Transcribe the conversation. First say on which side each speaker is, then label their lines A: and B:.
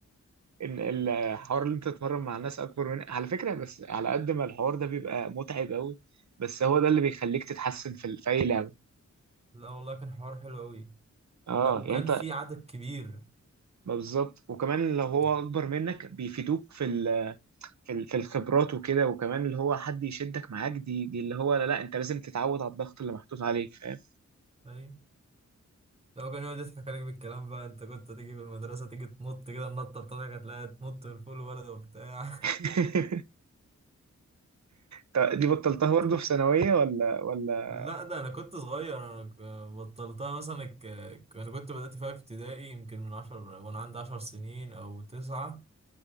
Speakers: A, on the right (about 70°); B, on the right (about 20°).
A: إن الحوار اللي انت تتمرن مع ناس اكبر منك على فكره بس على قد ما الحوار ده بيبقى متعب قوي بس هو ده اللي بيخليك تتحسن في ال- في اي لعبه
B: لا والله كان حوار حلو قوي
A: اه
B: لا وكان
A: يعني
B: في عدد كبير
A: ما بالظبط وكمان لو هو
B: نعم
A: اكبر منك بيفيدوك في ال- في ال- في الخبرات وكده وكمان اللي هو حد يشدك معاك دي دي اللي هو لا, لا انت لازم تتعود على الضغط اللي محطوط عليك فاهم
B: ايوه لو كان يقعد يضحك عليك بالكلام بقى انت كنت تيجي في المدرسة تيجي تنط كده النطة بتاعتك هتلاقيها تنط من فوق الولد وبتاع
A: <laughs> طب دي بطلتها
B: كنت
A: برضه في ثانوية ولا ولا
B: لا ده انا كنت صغير انا ك- بطلتها مثلا ك... ك- انا كنت بدأت فيها في ابتدائي يمكن من عشر وانا عندي عشر سنين او تسعة